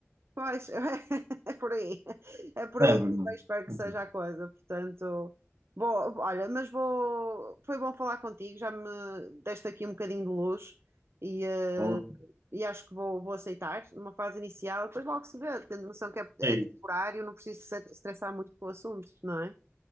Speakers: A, on the right (about 60°); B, on the right (about 75°).
A: Pois, <laughs> é por aí. É por
B: É
A: aí
B: verdade.
A: que eu espero que
B: Uhum.
A: seja a coisa. Portanto, vou, olha, mas vou. Foi bom falar contigo, já me deste aqui um bocadinho de luz e, eh,
B: Boa.
A: e acho que vou, vou aceitar numa fase inicial. Depois logo se vê, tendo noção que é, é
B: É
A: temporário, não preciso se estressar muito com o assunto, não é?